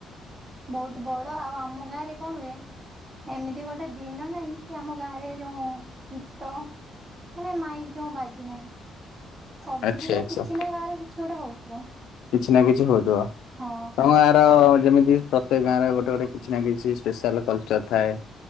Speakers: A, on the right (about 30°); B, on the left (about 80°).
A: ବହୁତ ବଡ ଆଉ ଆମ ଗାଁ ରେ କଣ ହୁଏ? ଏମିତି ଗୋଟେ ଦିନ ନାହିଁ କି ଆମ ଗାଁ ରେ ଯୋଉ ଗୀତ ମାନେ ମାଇ ଯେଉ ବାଜି ନାହିଁ ସବୁଦିନ
B: ଆଚ୍ଛା ଆଚ୍ଛା
A: କିଛି ନା କାହାର କିଛି ଗୋଟେ ହଉଥିବ
B: କିଛି ନା କିଛି ହଉଥିବ
A: ହଁ
B: ତମ ଗାଁର ଯେମିତି ପ୍ରତ୍ୟେକ ଗାଁ ରେ ଗୋଟେ ଗୋଟେ କିଛି ନା କିଛି ସ୍ପେସାଲ୍ କଲଚର ଥାଏ